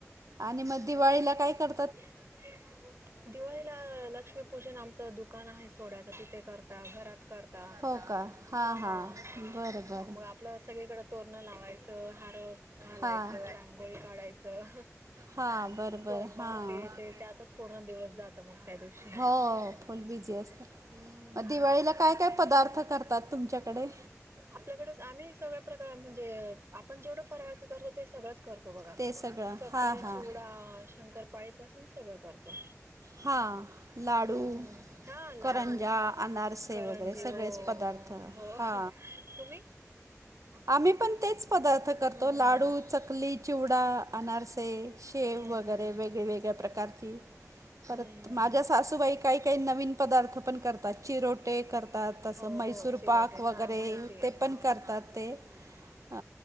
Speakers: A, on the right; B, on the right.
A: आणि मग दिवाळीला काय कर?
B: <unintelligible> दिवाळीला? लक्ष्मीपूजन, आमचं दुकान आहे, सोड्याच, तिथे करता, घरात करता.
A: हो करता. का
B: हं
A: हां हां बरं बरं
B: मग आपलं सगळीकडं तोरणं लावायचं हारं घालायचं,
A: हां
B: रांगोळी काढायचं,
A: हां बरं
B: स्वयं
A: बरं
B: पाक
A: हां
B: हे ते त्यातच पूर्ण दिवस जात मग त्या दिवशी
A: हो, फुल बीजी असता.
B: हम्म
A: अं दिवाळीला काय काय पदार्थ करतात तुमच्याकडे?
B: आपल्याकडेच, आम्ही सगळे प्रकार म्हणजे, आपण जेवढं फराळाचं करतो, ते सगळंच करतो, बघा.
A: ते सगळं
B: चकली,
A: हां हां
B: चिवडा, शंकरपाळी पासून सगळं करतो.
A: हा, लाडू
B: हम्म, हा लाडू
A: करंजा,
B: ज-
A: अनारसे
B: करंजी
A: वगैरे सगळेच
B: हो
A: पदार्थ
B: हो
A: हा
B: तुम्ही
A: आम्ही पण तेच पदार्थ करतो.
B: हम्म,
A: लाडू, चकली, चिवडा, अनारसे
B: हम्म,
A: शेव वगैरे
B: हम्म,
A: वेगवेगळ्या प्रकारची परत,
B: हम्म.
A: माझ्या सासूबाई, काई काई नवीन पदार्थ पण करतात, चिरोटे करत तात,
B: हो
A: मैसूर
B: हो चिरोटे
A: पाक
B: हा
A: वगैरे,
B: माहिती
A: ते
B: आहे हा
A: पण करतात ते. अ